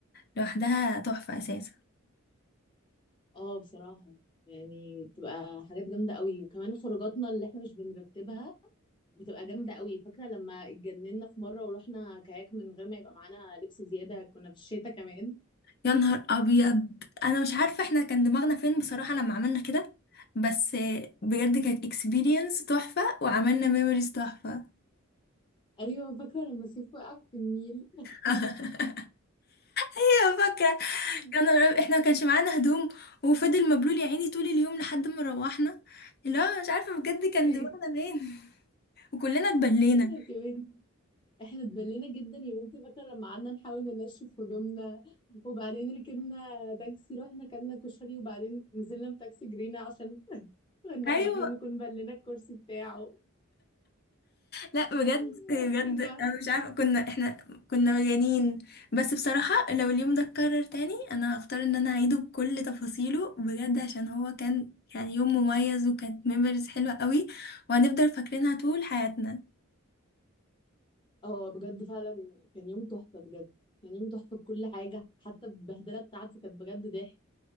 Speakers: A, on the left; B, on the left.
A: لوحدها تحفة اساسا
B: اه بصراحة يعني بتبقى حاجات جامدة قوي وكمان خروجاتنا اللي احنا مش بنرتبها بتبقى جامدة قوي فاكرة لما اتجننا في مرة ورحنا كاياك من غير ما يبقى معانا لبس زيادة كنا في الشتاء كمان
A: يا نهار ابيض انا مش عارفه احنا كان دماغنا فين بصراحه لما عملنا كده بس بجد كانت اكسبيرينس تحفه وعملنا ميموريز تحفه
B: ايوه فاكرة لما سيف وقع في النيل
A: <laughs> ايوه فاكره
B: <laughs>
A: يا نهار أبيض، احنا ما كانش معانا هدوم وفضل مبلول يا عيني طول اليوم لحد ما روحنا لا مش عارفه بجد كان
B: ايوه
A: دماغنا فين وكلنا اتبلينا
B: يا بنتي احنا اتبلينا جدا يا بنتي فاكرة لما قعدنا نحاول ننشف هدومنا وبعدين ركبنا تاكسي رحنا كلنا كشري وبعدين نزلنا بتاكسي جرينا عشان <laughs> كنا
A: ايوه
B: خايفين نكون بلينا الكرسي بتاعه
A: لا بجد
B: <laughs>
A: بجد
B: كنا
A: انا مش عارفه كنا احنا كنا مجانين بس بصراحه لو اليوم ده اتكرر تاني انا هختار ان انا اعيده بكل تفاصيله بجد عشان هو كان يعني يوم مميز وكانت ميموريز حلوه قوي وهنفضل فاكرينها طول حياتنا
B: اه بجد فعلا كان يوم تحفة بجد كان يوم تحفة بكل حاجة حتى البهدلة بتاعته كانت بجد ضحك